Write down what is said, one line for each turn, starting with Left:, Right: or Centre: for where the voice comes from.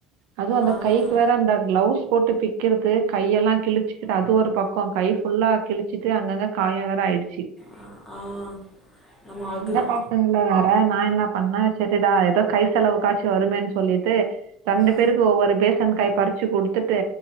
Right: அதுவு அந்த
Centre: அதுதா
Right: கைக்கு வேற அந்த கிளவுஸ் போட்டு ஃபி கிறது கையெல்லா கிழிச்சிகிட்டு அது ஒரு பக்கோ கை ஃபுல்லா கிழிச்சிட்டு அங்கங்க காயொ வே ஆயிடு ச்சி
Centre: ஆ ஆ நம்ம
Right: அ
Centre: அது
Right: இந்த பசங்கள வேற நா என்ன பண்ணே செரிடா எதோ கை செலவு காச்சி வருமேன் சொல்லிட்டு ரண்டு
Centre: ஆ
Right: பேருக்கு ஒவ்வொரு பேசின் காய் பறிச்சு குடுத்துட்டு